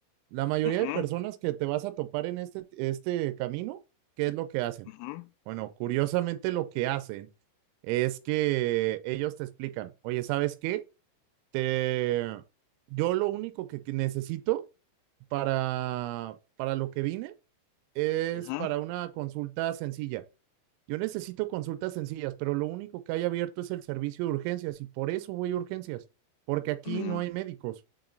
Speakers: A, on the right; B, on the left.
A: La mayoría
B: ujú,
A: de personas que te vas a topar en este, este camino, ¿qué es lo que hacen?
B: ujú,
A: Bueno, curiosamente lo que hacen es que ellos te explican, oye, ¿sabes qué? Te... Yo lo único que que necesito para, para lo que vine es
B: ujú.
A: para una consulta sencilla. Yo necesito consultas sencillas, pero lo único que hay abierto es el servicio de urgencias y por eso voy a urgencias, porque aquí
B: Mm,
A: no hay médicos.